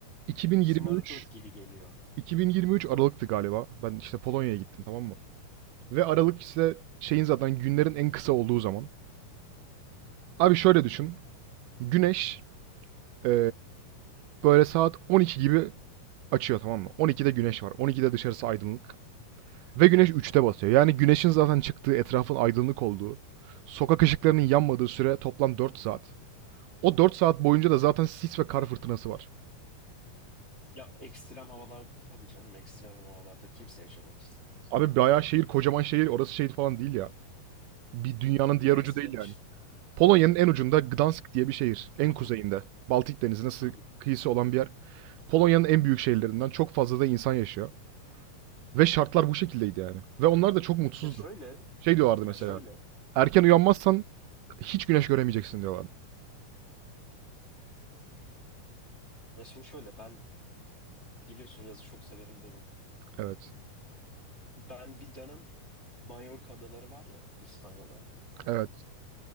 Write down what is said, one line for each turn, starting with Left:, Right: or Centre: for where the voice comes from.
Right: 2023
Left: şımarıklık gibi geliyor.
Right: 2023 Aralık'tı galiba. Ben işte Polonya'ya gittim tamam mı? Ve Aralık işte şeyin zaten günlerin en kısa olduğu zaman. Abi şöyle düşün. Güneş Ee, böyle saat 12 gibi açıyor tamam mı? 12'de güneş var. 12'de dışarısı aydınlık. Ve güneş 3'te batıyor. Yani güneşin zaten çıktığı, etrafın aydınlık olduğu, sokak ışıklarının yanmadığı süre toplam 4 saat. O 4 saat boyunca da zaten sis ve kar fırtınası var.
Left: Ya ekstrem havalar tabii canım ekstrem havalarda kimse yaşamak istemez.
Right: Abi bayağı şehir, kocaman şehir, orası şehir falan değil ya. Bir dünyanın diğer
Left: Neresi
Right: ucu değil
Left: demiştin?
Right: yani. Polonya'nın en ucunda Gdansk diye bir şehir. En
Left: <clears throat>
Right: kuzeyinde. Baltık Denizi'ne sı-
Left: Hı hı.
Right: kıyısı olan bir yer. Polonya'nın en büyük şehirlerinden çok fazla da insan yaşıyor. Ve şartlar bu şekildeydi yani. Ve onlar da çok mutsuzdu.
Left: Ya şöyle,
Right: Şey diyorlardı mesela.
Left: ya şöyle,
Right: Erken uyanmazsan hiç güneş göremeyeceksin diyorlardı.
Left: ya şimdi şöyle ben biliyorsun yazı çok severim dedim.
Right: Evet.
Left: Ben bir dönem Mallorca adaları var ya İspanya'da.
Right: Evet.